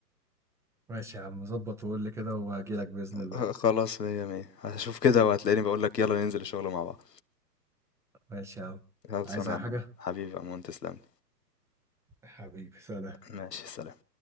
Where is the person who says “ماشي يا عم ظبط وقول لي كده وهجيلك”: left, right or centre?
Centre